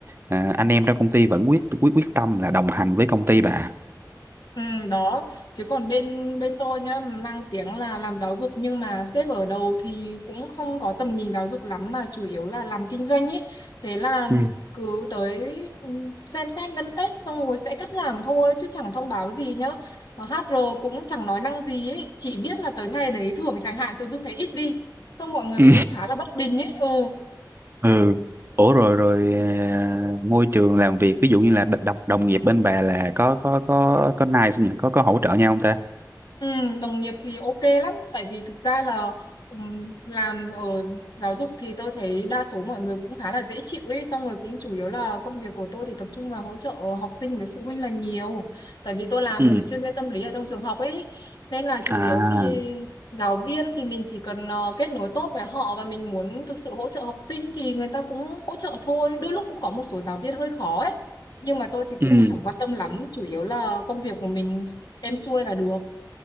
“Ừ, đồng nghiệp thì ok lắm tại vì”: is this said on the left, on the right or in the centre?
Left